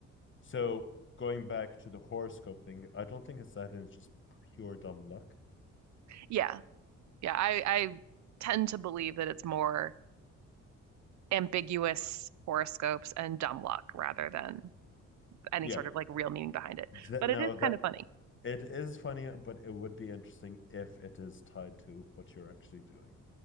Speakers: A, on the left; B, on the right.
A: So going back to the horoscope thing, I don't think it's that. It's just pure dumb luck.
B: Yeah. Yeah, I, I tend to believe that it's more ambiguous horoscopes and dumb luck rather than any
A: Yeah,
B: sort of like real meaning behind it.
A: That
B: But
A: no,
B: it is
A: that
B: kind of funny.
A: it is funny, but it would be interesting if it is tied to what you're actually doing.